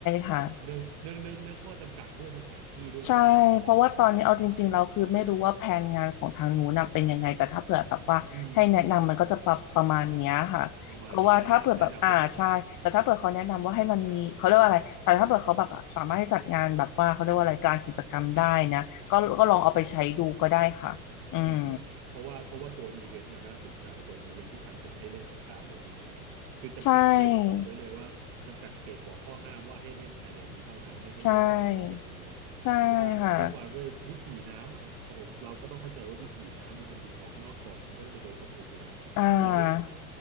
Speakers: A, on the left; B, on the right.
A: ค่ะ
B: เนื่องเนื่องเนื่องเนื่องข้อจำกัดด้วยสถานที่ด้วยเนาะผมต้องบอกแบบนี้
A: ใช่เพราะว่าตอนนี้เอาจริงๆเราคือไม่รู้ว่าแผนงานของทางนู้นน่ะเป็นยังไง แต่ถ้าเผื่อแบบว่าให้แนะนำมันก็จะประประมาณเนี้ยค่ะเพราะว่าถ้าเผื่อแบบอ่าใช่แต่ถ้าเผื่อเขาแนะนำว่าให้มันมีเขาเรียกว่าอะไรแต่ถ้าเผื่อเขาแบบอ่ะสามารถให้จัดงานแบบว่าเขาเรียกว่าอะไรกลารกิจกรรมได้นะก็ก็ลองเอาไปใช้ดูก็ได้ค่ะอืม
B: อืมประมาณนี้แนะนำไปก่อน อืมเพราะว่าเพราะว่าตัวอีเวนต์น่ะน่าสนใจตัวอีเวนต์ที่ทำเป็นให้เล่นสงกรานต์เลยจริงๆคือจำกัดเขตบอกไว้เลยว่าจำกัดเขตบอกข้อห้ามว่าให้เล่นภายในนี้เท่านั้นไม่ให้เล่นนอกเหนือจากนี้
A: ใช่ ใช่ใช่
B: แต่ว่าด้วยความด้วยวิถีน้ำอะฮะเอาผมเราก็ต้องเข้าใจว่าวิถีน้ำเนี่ยมันยิงออกนอกกรอบมันก็ต้องไปโดนคนอื่นอยู่แล้วแล้ว
A: ค่ะอ่า